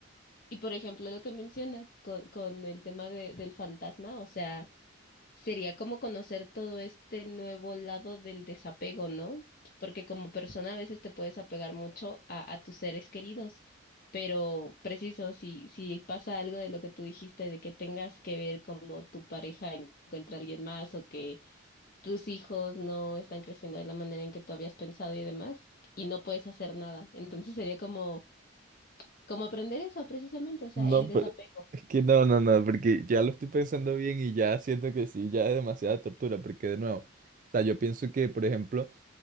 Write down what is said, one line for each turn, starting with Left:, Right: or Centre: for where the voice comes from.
Left: Y por ejemplo, lo que mencionas con, con el tema de, del fantasma, o sea, Sería como conocer todo este nuevo lado del desapego, ¿no? Porque como persona a veces te puedes apegar mucho a, a tus seres queridos, pero preciso, si, si pasa algo de lo que tú dijiste, de que tengas que ver como tu pareja encuentra a alguien más o que tus hijos no están creciendo de la manera en que tú habías pensado y demás, y no puedes hacer nada. Entonces sería como, como aprender eso precisamente, o sea,
Right: No,
Left: el desapego.
Right: pero es que no, no, no, porque ya lo estoy pensando bien y ya siento que sí, ya es demasiada tortura, porque de nuevo, o sea, yo pienso que, por ejemplo,